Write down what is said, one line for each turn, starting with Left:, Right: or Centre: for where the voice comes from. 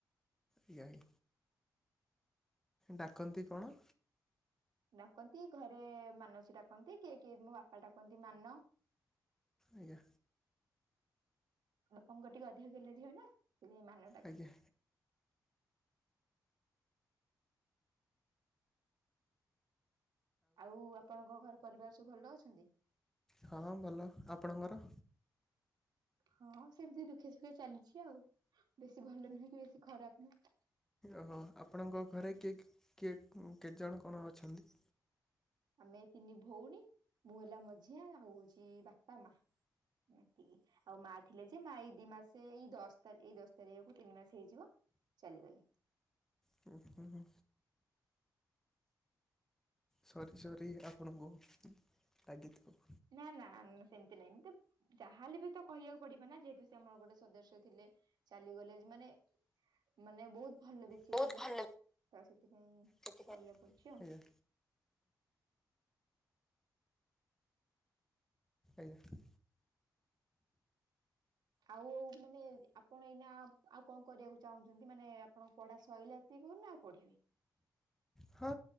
Centre: ଆଜ୍ଞା ଆଜ୍ଞା। ଡାକନ୍ତି କଣ?
Right: ଡାକନ୍ତି। ଘରେ ମାନସୀ ଡାକନ୍ତି। କିଏ କିଏ ମୋ ବାପା ଡାକନ୍ତି ମାନ।
Centre: ଆଜ୍ଞା।
Right: ବାପାଙ୍କ ଟିକେ ଅଧିକ ଗେହ୍ଲା ଝିଅ ନା। ସେଥି ପାଇଁ ମାନ ଡାକନ୍ତି।
Centre: ଆଜ୍ଞା
Right: ଆଉ ଆପଣଙ୍କ ଘରେ ପରିବାର ସବୁ ଭଲ ଅଛନ୍ତି?
Centre: ହଁ ଭଲ। ଆପଣଙ୍କର?
Right: ହଁ ସେମିତି ଦୁଃଖେ ସୁୁଖେ ଚାଲିଛି ଆଉ। ବେଶୀ ଭଲ ନୁହେଁ କି ବେଶୀ ଖରାପ ନୁହେଁ।
Centre: ଓହ ଆପଣଙ୍କ ଘରେ କିଏ କି-କିଏ କେତେଜଣ କଣ ଅଛନ୍ତି?
Right: ଆମେ ତିନି ଭଉଣୀ ମୁଁ ହେଲା ମଝିଆ ଆଉ ହଉଛି ବାପା ମା। ଏତିକି। ଆଉ ମା ଥିଲେ ଯେ, ମା ଏଇ ଦି ମାସ ଏଇ ଦଶ ତାରିଖ ଏଇ ଦଶ ତାରିଖକୁ ତିନି ମାସ ହେଇଯିବ ଚାଲିଗଲେ।
Centre: ହୁଁ ହୁଁ ହୁ। ସରି ସରି। ଆପଣଙ୍କୁ ରାଗିଥିବ।
Right: ନା ନା ସେମତି ନାଇଁ ମୁଁ ଟିକ ଯାହାହେଲେବି ତ କହିବାକୁ ପଡିବ ନା। ଯେହେତୁ, ସେ ଆମର ଗୋଟେ ସଦସ୍ୟ ଥିଲେ, ଚାଲିଗଲେ। ମାନେ ମାନେ ବହୁତ ଭଲ ବି ସିଏ
Centre: ବହୁତ
Right: ଥିଲେ।
Centre: ଭଲ
Right: ତ ସେଥିପାଇଁ
Centre: ସେଥିପାଇଁ
Right: କହିବାକୁ
Centre: ଆଜ୍ଞା
Right: ପଡୁଛି ଆଉ।
Centre: ଆଜ୍ଞା ଆଜ୍ଞା।
Right: ଆଉ ମାନେ ଆପଣ ଏଇନା ଆ ଆଉ କଣ କରିବାକୁ ଚାହୁଁଛନ୍ତି? ମାନେ ଆପଣ ପଢା ସଇଲେ କି କହିଲ <inaudible> ନାଁ ପଢିବେ।
Centre: ହଁ